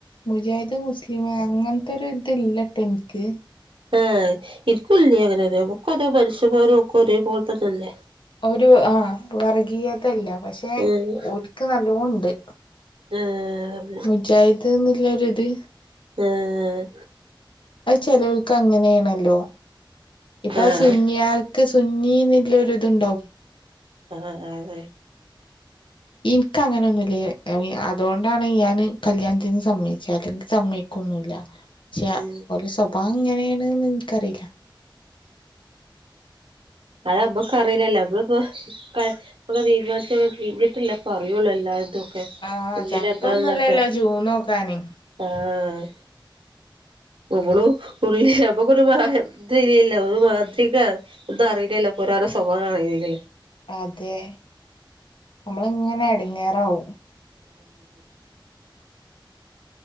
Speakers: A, on the left; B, on the right.
A: മുജാഹിദ് മുസ്ലിം അങ്ങനത്തൊരു ഇതില്ലട്ടോ ഇനിക്ക്
B: ആഹ് നിക്കുല്ല്യ അങ്ങനൊരു നമ്മുക്കോരോ മനുഷ്യമാരും ഒക്കെ ഒരേ പോലെ തന്നല്ലെ
A: ഒരു ആഹ് വർഗീയതയില്ല പക്ഷെ
B: ആഹ്
A: ഓൽക്ക് നല്ലോണ് ണ്ട്
B: ആഹ്
A: മുജാഹിദ്ന്നിള്ള ഒരിത്
B: ആഹ് ആഹ്
A: അത് ചെലോൽക്ക് അങ്ങനെയേണല്ലോ ഇപ്പൊ
B: ആഹ്
A: സുന്നിയാൾ ക്ക് സുന്നിന്നിള്ളൊരു ഇതുണ്ടാവും
B: ആഹ് ആഹ് അതെ
A: ഇൻക്കങ്ങനൊന്നുല്ല <unintelligible> അതോണ്ടാണ് ഞാന് കല്യാൺത്തിന് സമ്മയ്ച്ചെ. അല്ലെങ്കി സമ്മയ് ക്കൊന്നുല്ല. പക്ഷെ
B: ഉം
A: ഓലെ സ്വഭാവം ഇങ്ങനേണ്ന്ന് ഇൻക്കറീല്ല.
B: അത് നമ്മക്കറീല്ലല്ലോ മ്മളിപ്പോ ഒക്കെ ഇപ്പൊക്ക തീരുമാനിച്ചൊക്കെ കഴിഞ്ഞിട്ടല്ലേ ഇപ്പറിയുള്ളൂ എല്ലാര്തും.
A: ആഹ്
B: ഉള്ളിലെന്താണ്ന്നൊക്കെ
A: ചക്ക ഒന്നുല്ലല്ലോ ജൂൺ നോക്കാന്
B: ആഹ്. ഒമ്മളു ഉള്ളി നമ്മുക്കൊരു മായം ഇതില്ലല്ലോ ഒരു മാന്ത്രികാ ഇതറീല്ലല്ലോ ഇപ്പൊരാളെ സ്വഭാവറിയെണെങ്കില്
A: അതെ. നമ്മളിങ്ങനെ എട്ങ്ങേറാവും.
B: ഉം <unintelligible>